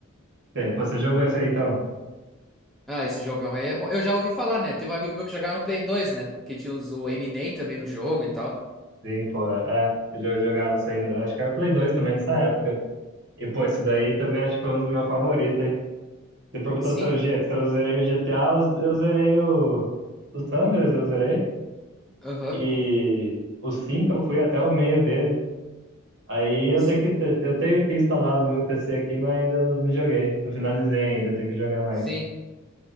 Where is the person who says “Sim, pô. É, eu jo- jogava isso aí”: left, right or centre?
Right